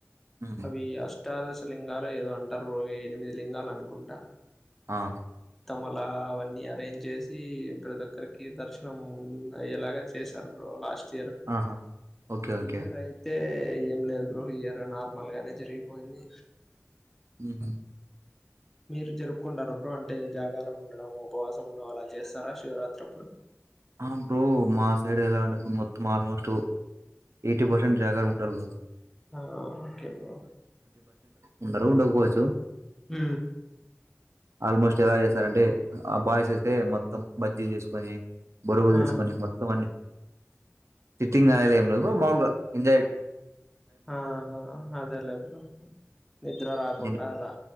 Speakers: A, on the right (about 70°); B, in the centre.
A: మ్మ్.
B: అవి అష్టాదశ లింగాలు ఏదో అంటారు పోో ఎనిమిది లింగాలు అనుకుంటా
A: ఆ
B: మల అవన్నీ అరేంజ చేసి ప్రతి ఒక్కరికి దర్శనం అయ్యేలాగా చేశారు లాస్ట్
A: ఆహా ఓకే ఓకే.
B: ఈయారు అయితే అే ఏం లేదు బ్రోహయారు నార్మల్ గానే జరిగిపోయింది
A: హ
B: మీరు జరుపుకుంటార అప్పుడు అంటే జాగారం ఉండడం ఉపవాసం ఉండ అలా చేస్తారా శివరాత్రి అప్పుడు
A: ఆ బ్రో మా సైడ్ ఎలా ఉంటేప్పుడు మొత్తం ఆల్మోస్ట్ ఎయిటీ పర్సెంట్ జాగ ఉంటారు కదా
B: ఆ ఓకే బ
A: ఉండరు క్కకోవచ్చు
B: హ
A: ఆల్మోస్ట్ ఎలా చేస్తారంటే ఆ బాయ్స్ అయితే మొత్తం బజ్జీలు చేసుకొని బొరుగులు
B: ఆ
A: తీసుకొని మొత్తం అన్ని సిట్టింగ్ ఆలాలయంలో మాౌలుగా ఇ ఏడ్
B: ఆ అదలదు నిద్ర రాకుండా
A: తిని
B: అలా